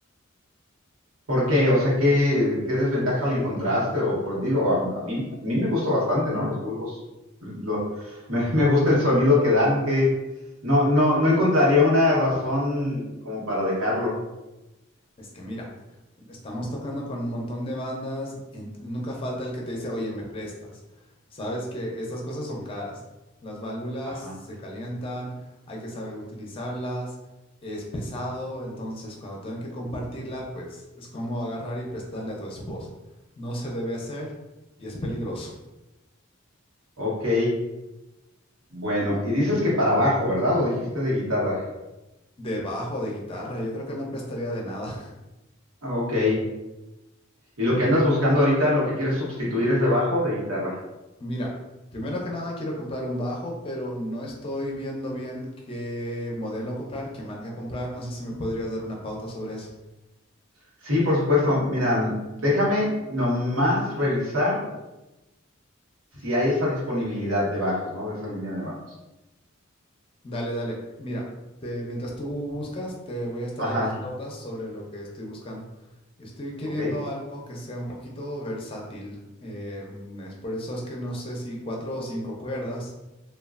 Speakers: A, on the right (about 80°); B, on the left (about 25°).
A: ¿Por qué? O sea, ¿qué, qué desventaja le encontraste? O por, digo, a, a mí, a mí me gustó bastante, ¿no? Los bulbos, lo- <laughs> me, me gusta el sonido que dan, que no, no, no encontraría una razón como para dejarlo.
B: Es que mira, estamos tocando con un montón de bandas y ent- y nunca falta el que te dice, oye, me prestas. Sabes que estas cosas son caras. Las válvulas
A: Ajá.
B: se calientan, hay que saber utilizarlas, es pesado, entonces cuando tengan que compartirla, pues es como agarrar y prestarle a tu esposa. No se debe hacer y es peligroso.
A: Ok. Bueno, y dices que para bajo, ¿verdad? ¿O dijiste de guitarra?
B: Debajo de de guitarra, yo creo que no prestaría de nada.
A: Ah, Ok. ¿Y lo que andas buscando ahorita, lo que quieres sustituir es de bajo o de guitarra?
B: Mira, primero que nada quiero comprar un bajo, pero no estoy viendo bien qué modelo comprar, qué marca comprar. No sé si me podrías dar una pauta sobre eso.
A: Sí, por supuesto. Mira, déjame nomás revisar si hay esa disponibilidad de bajos, ¿no? De esa línea de bajos.
B: Dale, dale. Mira, te- mientras tú buscas, te voy a estar
A: Ajá,
B: dando unas pautas sobre lo que estoy buscando. Estoy queriendo
A: ok.
B: algo que sea un poquito versátil. eh, mm, es por eso es que no sé si cuatro o cinco cuerdas.